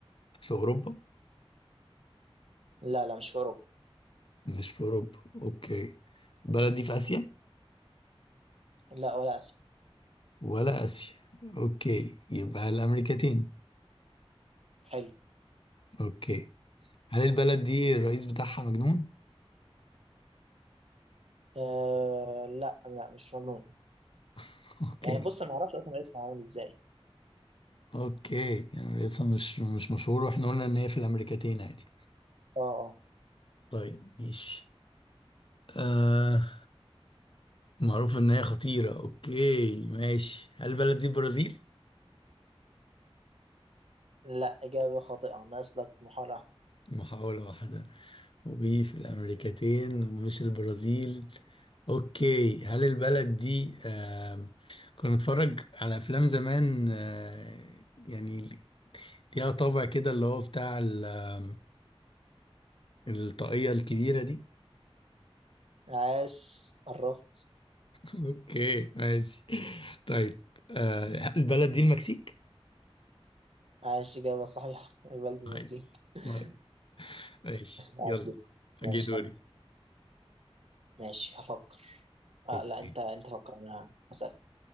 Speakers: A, on the left; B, on the right.
A: في أوروبا؟
B: لا لا مش في أوروبا
A: مش في أوروبا أوكي البلد دي في آسيا؟
B: لا ولا آسيا
A: ولا آسيا أوكي يبقى الأمريكتين
B: حلو
A: أوكي هل البلد دي الرئيس بتاعها مجنون؟
B: آه لا لا مش في أوروبا
A: <laughs> أوكي.
B: يعني بص انا ما اعرفش اصلا اسمه عامل ازاي
A: اوكي يعني لسه مش مش مشهور واحنا قلنا ان هي في الامريكتين عادي
B: اه اه
A: طيب ماشي آه معروف ان هي خطيرة اوكي ماشي هل البلد دي البرازيل؟
B: لا اجابه خاطئه ناقص لك محاوله واحده
A: محاولة واحدة وفي الامريكتين ومش البرازيل اوكي هل البلد دي آه كنا نتفرج على افلام زمان آه يعني ليها طابع كده اللي هو بتاع ال- آم، الطاقية الكبيرة دي
B: عاش قربت
A: اوكي ماشي طيب آه البلد دي المكسيك
B: عاش اجابه صحيحه بلد المكسيك
A: عايز
B: <laughs>
A: طيب ماشي يلا
B: عاش جدا ماشي
A: اجي دوري
B: يلا. ماشي هفكر آه
A: اوكي
B: لا انت انت فكر انا هسألك